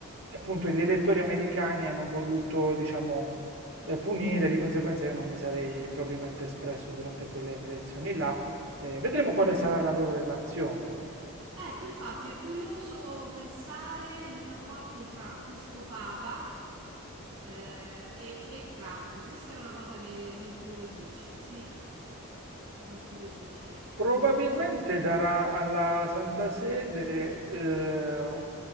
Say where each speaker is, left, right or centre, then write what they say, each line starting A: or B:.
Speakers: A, on the right; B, on the right.
A: appunto gli elettori americani hanno voluto, diciamo, eh, punire, di conseguenza io non mi sarei probabilmente espresso durante quelle elezioni là.
B: Mm.
A: Eh, vedremo quale sarà la loro relazione.
B: Ecco, infatti è curioso pensare il rapporto tra questo Papa eh, e, e Trump. Questa è una cosa che mi incuriosisce, sì, mi incuriosisce.
A: Probabilmente darà alla Santa Sede, eh,